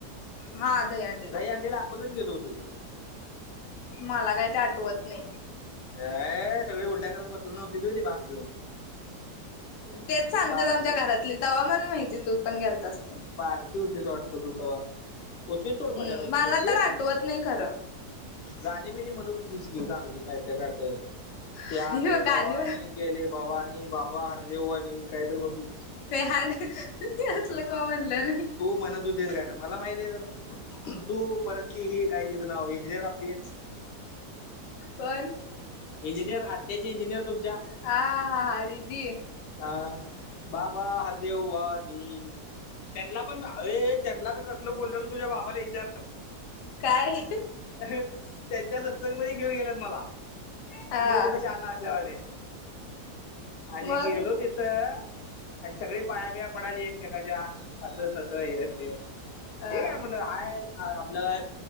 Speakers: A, on the left; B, on the left.
A: हा दहीहंडीला
B: दही हंडीला आपणच गेलो होतो की
A: मला काय ते आठवत नाही.
B: अ सगळी उलट्या करत बसली नव्हतीत व्हय ती भांग पिऊन.
A: तेच सांगतात
B: बारकी
A: आमच्या घरातली तेव्हा मला माहिती तू पण गेलतास ते.
B: बारकी होतीस वाटतं तु तवा, होतीस सोड
A: हम्म
B: बऱ्यापैकी
A: मला
B: मोठी.
A: तर आठवत नाही खरं
B: गाणी बिनी म्हणतं होतीस की चांगली काय काय गातय. ते
A: आणि
B: आले
A: गाणी
B: भवानी गेले भवानी बाबा हरदेववाणी काहीतरी म्हणतं होतीस की.
A: हाड ते असलं कवा म्हटले मी.
B: तु म्हणतं होतीस गाणं मला माहती आहे तर, तू परत क ही काय तिज नाव इंजिनिअर आपली.
A: कोण?
B: इंजिनिअर आत्याची इंजिनिअर तुम
A: हा हा रिद्धी.
B: अ बाबा हरिदेव वानी त्यांना पण ह त्यांना तर कसलं बोलल्याल तुझ्या बाबाला विचार.
A: काय.
B: त्यांच्या सत्संगमध्ये घेऊन गेल्यात मला
A: हा
B: मी कुठं शाहणा असल्यावाणी. आणि
A: मग
B: गेलो ति तिथं आणि सगळी पायाबिया पडाली एकमेकांच्या असं तसं हे ते. ते
A: हा
B: ठिक म्हणटलं हाय. आपल्याला